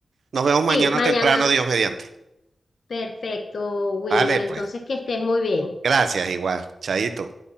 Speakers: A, on the right; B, on the left.
A: Nos vemos mañana
B: Sí, mañana.
A: temprano, Dios mediante.
B: Perfecto, Wilmer.
A: Vale,
B: Entonces,
A: pues.
B: que estés muy bien.
A: Gracias, igual. Chaito.